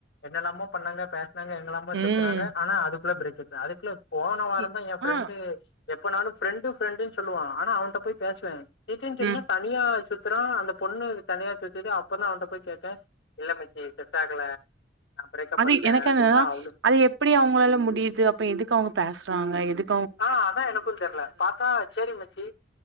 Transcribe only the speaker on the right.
ம்
இ
ஆ
ம்
அது
எனக்கு
என்னன்னா
அது எப்டி அவங்களால முடியுது அப்ப எதுக்கு அவங்க பேசுறாங்க எதுக்